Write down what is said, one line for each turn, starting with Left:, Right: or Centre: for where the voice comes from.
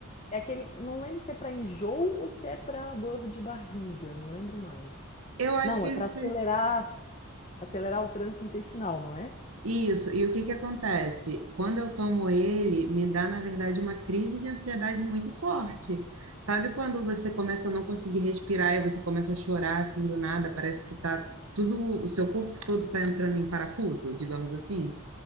Left: é aquele. Não lembro se é para enjoo ou se é para dor de barriga, não lembro mais.
Right: Eu acho
Left: Não,
Right: que
Left: é
Right: ele.
Left: para acelerar, acelerar o trânsito intestinal, não é?
Right: Isso. E o que que acontece? Quando eu tomo ele, me dá, na verdade, uma crise de ansiedade muito forte. Sabe quando você começa a não conseguir respirar e você começa a chorar assim do nada? Parece que tá tudo, o seu corpo todo tá entrando em parafuso, digamos assim.